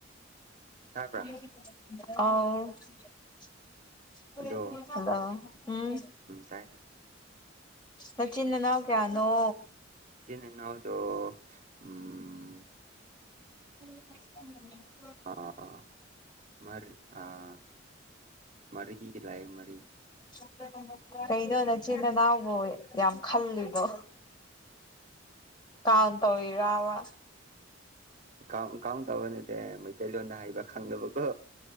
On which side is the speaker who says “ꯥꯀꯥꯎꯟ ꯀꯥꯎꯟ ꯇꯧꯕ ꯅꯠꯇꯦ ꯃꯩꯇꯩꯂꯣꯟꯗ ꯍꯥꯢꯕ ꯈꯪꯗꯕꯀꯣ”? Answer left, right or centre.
Right